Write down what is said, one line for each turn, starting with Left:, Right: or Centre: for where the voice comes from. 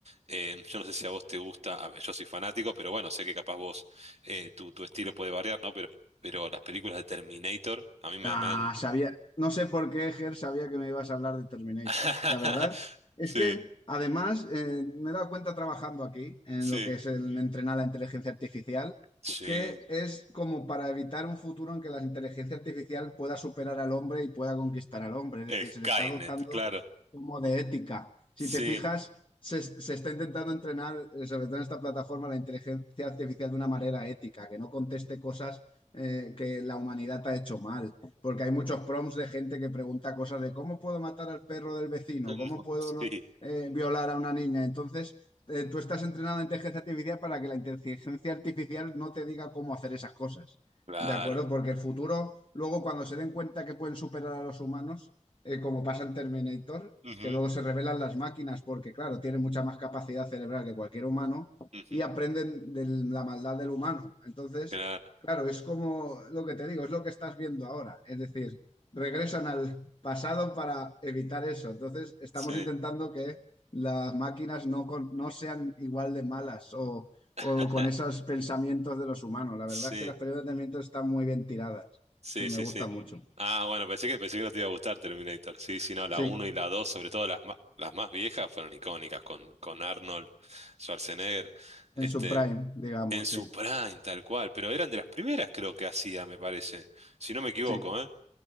Right: Eh, yo no sé si a vos te gusta, a ver, yo soy fanático, pero bueno, sé que capaz vos, eh, tu, tu estilo puede variar, ¿no? Pero, pero las películas de Terminator, a mí me,
Left: Ah,
Right: me han...
Left: sabía, no sé por qué, Ger, sabía que me ibas a hablar de Terminator.
Right: <laughs>
Left: La verdad es que,
Right: Sí,
Left: además, eh, me he dado cuenta trabajando aquí, en
Right: sí,
Left: lo que es el entrenar la inteligencia artificial,
Right: sí.
Left: que es como para evitar un futuro en que la inteligencia artificial pueda superar al hombre y pueda conquistar al hombre. Es
Right: Eh,
Left: decir,
Right: Skynet,
Left: se le está dotando
Right: claro.
Left: como de ética. Si
Right: Sí,
Left: te fijas, se, se está intentando entrenar, eh, sobre todo en esta plataforma, la inteligencia artificial de una manera ética, que no conteste cosas eh, que la humanidad ha hecho mal porque hay muchos prompts de gente que pregunta cosas de cómo puedo matar al perro del vecino,
Right: <laughs>
Left: cómo puedo
Right: sí,
Left: no, eh, violar a una niña. Entonces, eh, tú estás entrenado en inteligencia artificial para que la inteligencia artificial no te diga cómo hacer esas cosas.
Right: claro.
Left: ¿De acuerdo? Porque el futuro, luego cuando se den cuenta que pueden superar a los humanos, eh, como pasa en Terminator,
Right: Ujú,
Left: que luego se revelan las máquinas porque, claro, tienen mucha más capacidad cerebral que cualquier humano
Right: ujú,
Left: y aprenden de la maldad del humano. Entonces,
Right: claro,
Left: Claro, es como lo que te digo, es lo que estás viendo ahora. Es decir, regresan al pasado para evitar eso. Entonces, estamos
Right: sí.
Left: intentando que las máquinas no, con- no sean igual de malas o, o
Right: <laughs>
Left: con esos pensamientos de los humanos. La
Right: Sí,
Left: verdad es que las películas de Terminator están muy bien tiradas.
Right: sí,
Left: Sí, me
Right: sí,
Left: gusta
Right: sí.
Left: mucho.
Right: Ah, bueno, pensé que, pensé que no te iba a gustar Terminator. Sí, sí, no, la
Left: Sí,
Right: uno y la 2, sobre todo las más, las más viejas, fueron icónicas con, con Arnold Schwarzenegger, este,
Left: en su prime, digamos,
Right: en su
Left: sí.
Right: prime, tal cual, pero eran de las primeras creo que hacía, me parece, si no me equivoco,
Left: Sí.
Right: ¿eh?